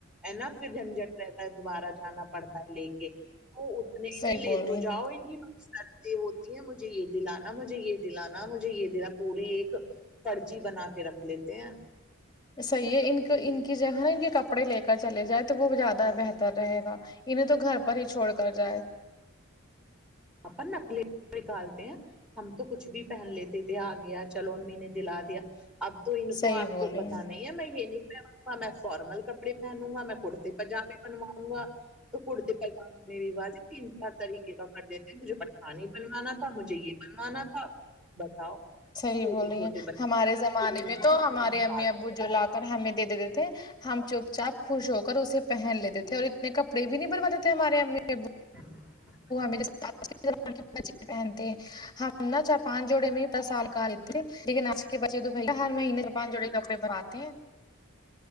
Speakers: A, in the centre; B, on the left.
A: ہے نا پھر جھنجٹ رہتا ہے دوبارہ جانا پڑتا ہے لے کے وہ اتنے
B: صحیح
A: تو لے
B: بول
A: کے
B: رہی ہیں
A: جاؤ ان کی پاس کرتے ہوتی ہیں مجھے یہ دلانا مجھے یہ دلانا مجھے یہ دی پوری ایک پرچی بنا کے رکھ لیتے ہیں
B: صحیح ہے ان کو ان کی جگہ ہے نا ان کے کپڑے لے کر چلے جاںے تو وہ بھی زیادہ بہتر رہے گا انہیں تو گھر پر ہی چھوڑ کر جائے
A: اپن اپنے کپڑے نکالتے ہیں ہم تو کچھ بھی پہن لیتے تھے آ گیا چلو امی نے دلا دیا اب تو ان کو
B: صحیح
A: آپ
B: بول
A: کو
B: رہی
A: پتہ
B: ہیں
A: نہیں ہے میں یہ نہیں میں نہ فارمل کپڑے پہنوں گا میں کرتے پیجامے بنواؤں گا تو کرتے پیجامے میں بھی باجی تین چار طریقے کا کر دیتے پھر مجھے پٹھانی بنوانا تھا مجھے یہ بنوانا تھا بتاؤ
B: صحیح
A: چھوٹے
B: بول رہی
A: چھوٹے
B: ہیں
A: بچے
B: ہمارے
A: بالکل
B: زمانے
A: ان
B: میں
A: کو
B: تو ہمارے
A: نکال،
B: امی ابو جو لا ہمیں دے دیتے تھے ہم چوپ چاپ خوش ہو کر اسے پہن لیتے تھے اور نئے کپڑے بھی نہیں بنوا دیتے تھے ہمارے امی اب
A: <inaudible>
B: <unintelligible> پہنتے ہے ہم نہا چاہ پانچ جوڑے میں ہی دس سال کا لیتے لیکن آج کل آجکے بچے تو بھاںی ہر مہینے پانچ جوڑے کپڑے بناتے ہیں